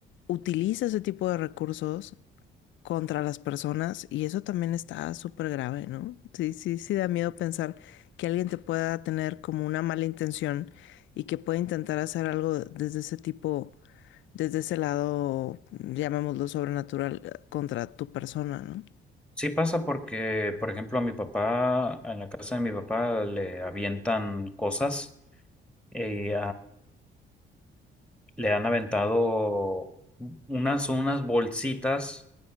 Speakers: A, on the left; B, in the centre.
A: utiliza ese tipo de recursos contra las personas y eso también está súper grave, ¿no? Sí, sí, sí da miedo pensar que alguien te pueda tener como una mala intención y que pueda intentar hacer algo desde ese tipo, desde ese lado, llamémoslo sobrenatural, eh, contra tu persona, ¿no?
B: Sí pasa porque, por ejemplo, a mi papá, en la casa de mi papá le avientan cosas. Y, le han aventado unas, unas bolsitas.